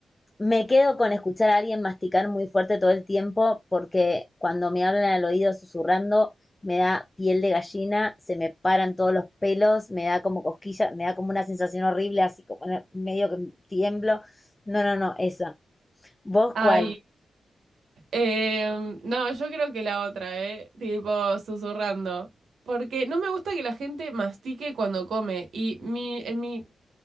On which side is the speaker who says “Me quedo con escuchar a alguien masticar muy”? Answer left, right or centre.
Left